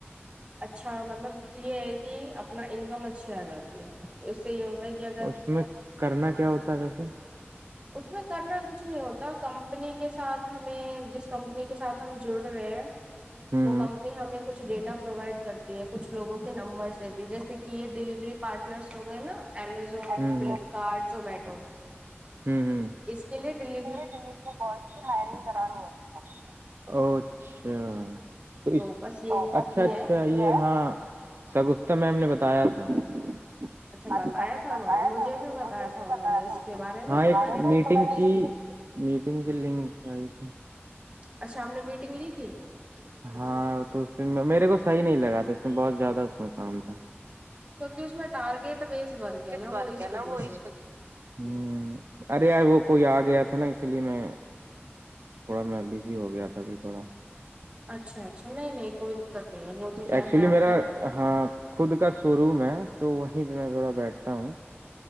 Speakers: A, on the right; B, on the right.
A: اچھا مطلب یہ ہے کہ اپنا انکم اچھی آ جاتی ہے تو اس سے یہ ہوتا ہے کہ اگر
B: س میں <unintelligible> کرنا کیا ہوتا ہے کیسے
A: اس میں کرنا کچھ نہیں ہوتا کمپنی کے ساتھ ہمیں جس کمپنی کے ساتھ ہم جڑ رہے ہیں
B: ہاں
A: کمپنی ہمیں کچھ ڈیٹا پروائڈ کرتی ہے کچھ لوگوں کے نمبرس دیتی ہے جیسے کہ یہ ڈیلیوری پارٹنرس ہوں گ ہیں نا امیزون
B: ہوں
A: فلپکارٹ زومیٹو
B: ہوں ہوں
A: اس کے لیے دلی
B: اچھا تو اس
A: بس یہ
B: اچھا
A: ہی
B: اچھا
A: ہے
B: یہ ہاں سگفتہ میم نے بتایا تھا اچھا
A: بتایا
B: اچھا
A: تھا انہوں
B: بتایا
A: نے مجھے
B: تھا انہوں
A: بھی
B: نے
A: بتایا
B: مے
A: تھا
B: بھی
A: انہوں
B: بتایا
A: نے اس
B: تھا
A: کے بارے میں
B: ہاں
A: تو میں نے
B: میٹنگ
A: لی
B: کی
A: تھی
B: میٹنگ کے ل کائی تھی
A: اچھا ہم نے میٹنگ لی تھی
B: ہاں تو اس میرے کو صحیح نہیں لگا تھا اس میں بہت زیادہ اس میں کام تھا
A: کیونکہ اس میں ٹارگیٹ بیس ورک ہے نا
B: ورک
A: وہ اس
B: ہے نا
A: وجہ
B: وہ
A: سے
B: ہوں ارے یار وہ کوئی آ گیا تھا نا اسی لیے میں تھوڑا میں بزی ہو گیا تھا ابھی تھوڑا
A: اچھا اچھا نہیں نہیں کوئی دقت نہیں ہے وہ تو خل
B: ایکچولی
A: ہے آپ
B: میرا
A: گھر
B: ہاں خود کا شو روم ہے تو وہیں پہ میں تھوڑا بیٹھتا ہوں